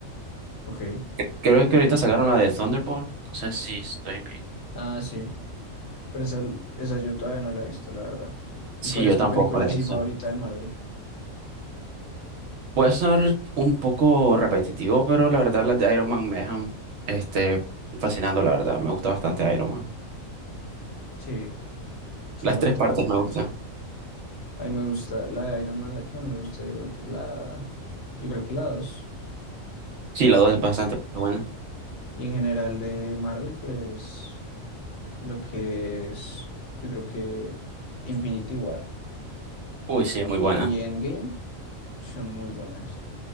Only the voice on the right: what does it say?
Que- Creo que ahorita sacaron la de Thunderbolt. No sé si estoy bien.
Sí,
yo
tampoco
la
he visto.
Puede ser un poco repetitivo, pero la verdad las de Iron Man me dejan este, fascinando, la verdad. Me gusta bastante Iron Man.
Las
tres
partes me
gustan.
Sí, la dos
es bastante buena.
Uy, sí,
muy buena.